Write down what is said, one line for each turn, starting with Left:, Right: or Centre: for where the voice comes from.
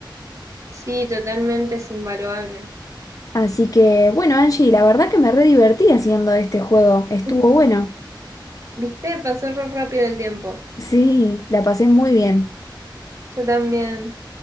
Right: Sí, totalmente es invaluable.
Left: Así que, bueno, Angie, la verdad que me re divertí haciendo este juego, estuvo
Right: <laughs>
Left: bueno.
Right: ¿Viste? Pasó re rápido el tiempo.
Left: Sí, la pasé muy bien.
Right: Yo también.